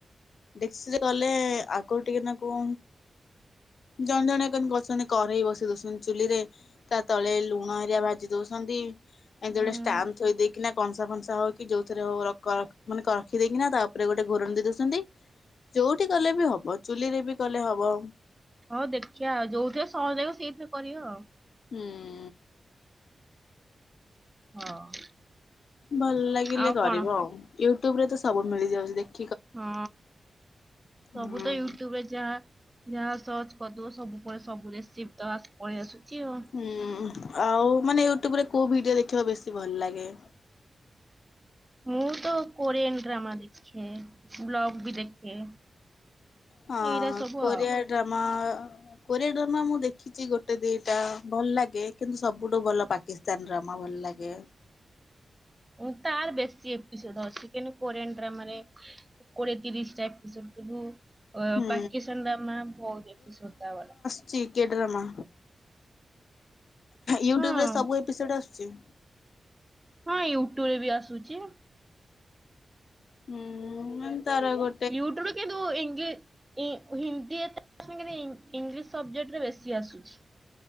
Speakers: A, on the left; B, on the right.
A: ଡେକ୍ଚିରେ କଲେ ଆଗରୁ ଟିକେ ନାକୁ ଜଣେ ଜଣେ ଆ କେମତି କରୁଛନ୍ତି କରେଇ ବସି ଦଉଛନ୍ତି ଚୁଲି ରେ ତା ତଳେ ଲୁଣ ହେରିଆ ଭାଜି ଦଉସନ୍ତି। ଏମତି
B: ହୁଁ।
A: ଗୋଟେ ଷ୍ଟାମ୍ପ ଥଇ ଦେଇକି ନା କଂସା ଫନସା ହଉ କି ଯୋଉଥିରେ ହଉ ର କକ୍ ମାନେ କରଖି ଦେଇକିନା ତାପରେ ଗୋଟେ ଘୋରଣୀ ଦେଇ ଦଉଛନ୍ତି। ଯୋଉଠି କଲେ ବି ହବ ଚୁଲି ରେ ବି କଲେ ହବ।
B: ହଉ ଦେଖିବାଆଉ ଯୋଉଥି ସହଜ ଲାଗିବ ସେଇଥିରେ କରିବା ଆଉ।
A: ହଁ।
B: ହଁ।
A: ଭଲ ଲାଗିଲେ
B: ଆଉ
A: କରିବ
B: କଣ
A: ଆଉ ୟୁଟ୍ୟୁବ ରେ ତ ସବୁ ମିଳିଯାଉଛି ଦେଖ
B: ହଁ
A: ହୁଁ
B: ସବୁ ତ ୟୁଟ୍ୟୁବ ରେ ଯାହା ଯାହା ସର୍ଚ କରିଦବ ସବୁ ପରେ ସବୁରେସିପି ତ ପଳେଇ ଆସୁଛି ଆଉ।
A: ହୁଁ ଆଉ ମାନେ ୟୁଟ୍ୟୁବ ରେ କୋଉ ଭିଡିଓ ଦେଖିବା ବେଶୀ ଭଲ ଲାଗେ?
B: ମୁଁ ତ କୋରିଆନ ଡ୍ରାମା ଦେଖେ ବ୍ଲଗ ବି ଦେଖେ।
A: ହଁ
B: ଏଇରା ସବୁ
A: କୋରିଆ
B: ଆଉ
A: ଡ୍ରାମା କୋରିଆଡ୍ରାମା ମୁଁ ଦେଖିଛି ଗୋଟେ ଦିଟା ଭଲ ଲାଗେ କିନ୍ତୁ ସବୁଠୁ ଭଲ ପାକ କିସ୍ତାନ ଡ୍ରାମା ଭଲ ଲାଗେ।
B: ଅମ୍ ତାର ବେଶୀ ଏପିସୋଡ ଅଛି କେନୁ କୋରିଆନ ଡ୍ରାମାରେ କୋଡ଼ିଏ ତିରିଶଟା ଏପିସୋଟ ରୁ ଓ
A: ହୁଁ
B: ପାକିସାନା ଡାମା ବହୁଦେଖୁ ସଦାବେଳେ।
A: ଚି କେଡ୍ରାମା ୟୁଟ୍ୟୁବ
B: ହଁ
A: ରେ ସବୁ ଏପିସୋଡ ଆସୁଛି।
B: ହଁ ୟୁଟ୍ୟୁବ ରେ ବି ଆସୁଛି।
A: ହୁଁ ମାନେ ତାର ଗୋ
B: ୟଟ୍ୟୁବରେ କିନ୍ତୁ ଇଙ୍ଗୀ ଇ ହିନ୍ଦୀ ଏତେସାଙ୍ଗରେ ଇଂଲିଶ ସବଜେକ୍ଟ ରେ ବେଶୀ ଆସୁଛି।